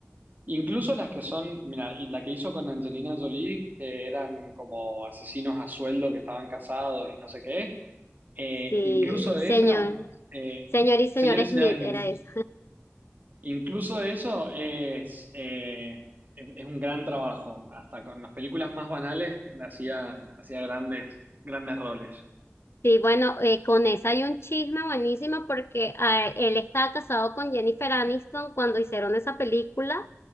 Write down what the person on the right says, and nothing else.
Incluso las que son, mira, y la que hizo con Angelina Jolie, que eran como asesinos a sueldo que estaban casados y no sé qué. Eh,
incluso esa,
eh,
señor y señoras
Smith,
incluso eso es, eh, es, es un gran trabajo. Hasta con las películas más banales hacía, hacía grandes, grandes roles.